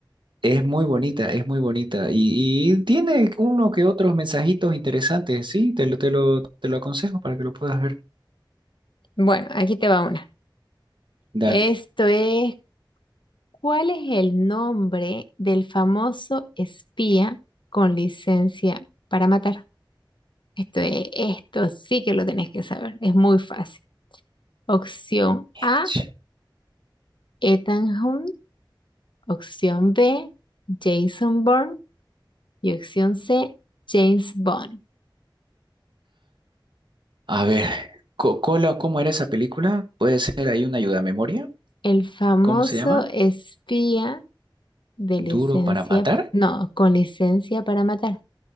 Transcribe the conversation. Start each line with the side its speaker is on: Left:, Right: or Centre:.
Right: es muy bonita, es muy bonita. Y, y tiene uno que otros mensajitos interesantes. Sí, te lo, te lo, te lo aconsejo para que lo puedas ver.
Left: Bueno, aquí te va una.
Right: Dale.
Left: Esto es, ¿cuál es el nombre del famoso espía con licencia para matar? Esto es- esto sí que lo tenés que saber. Es muy fácil. Opción
Right: Ech.
Left: A, Ethan Hunt. Opción B, Jason Bourne. Y opción C, James Bond.
Right: A ver, Co- Cola, ¿cómo era esa película? ¿Puede ser ahí una ayuda a memoria?
Left: El famoso
Right: ¿Cómo se llama?
Left: espía de
Right: ¿Duro
Left: licencia,
Right: para matar?
Left: no, con licencia para matar.